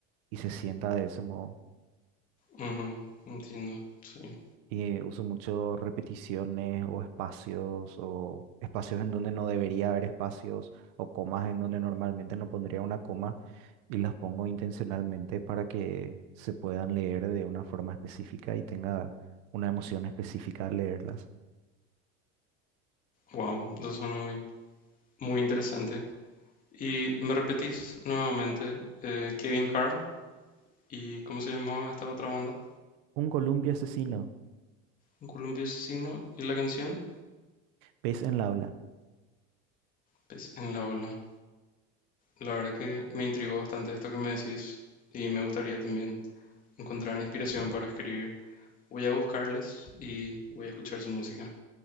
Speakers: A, on the right; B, on the left.
A: y se sienta de ese modo.
B: Ujú, entiendo, sí.
A: Y uso mucho repeticiones o espacios o espacios en donde no debería haber espacios o comas en donde normalmente no pondría una coma y las pongo intencionalmente para que se puedan leer de una forma específica y tenga una emoción específica al leerlas.
B: Wow, eso suena muy, muy interesante. Y me repetís nuevamente, eh, Kevin Carl y cómo se llamaba esta otra banda,
A: Un columpio asesino,
B: Un Columpio Asesino y la canción,
A: pez en la habla.
B: pues en la ola. La verdad que me intrigó bastante esto que me decís y me gustaría también encontrar inspiración para escribir. Voy a buscarles y voy a escuchar su música.